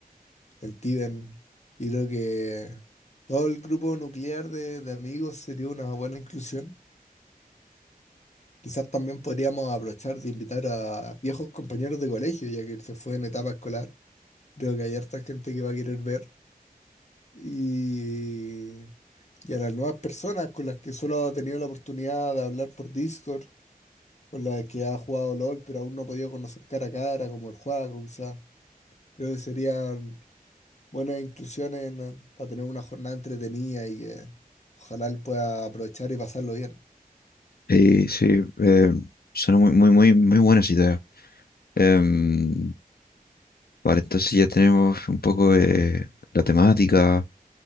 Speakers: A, on the left; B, on the left.
A: el Tiben. Y creo que todo el grupo nuclear de, de amigos sería una buena inclusión. Quizás también podríamos aprovechar de invitar a viejos compañeros de colegio, ya que él se fue en etapa escolar. Creo que hay harta gente que va a querer ver. Y, y a las nuevas personas con las que solo ha tenido la oportunidad de hablar por Discord, con las que ha jugado LOL, pero aún no ha podido conocer cara a cara, como el Juaco, quizás. Creo que sería buenas inclusiones en- para tener una jornada entretenida y que ojalá él pueda aprovechar y pasarlo bien.
B: Eh, sí, eh, suena muy, muy, muy, muy buenas ideas. Em, vale, entonces ya tenemos un poco eh, la temática.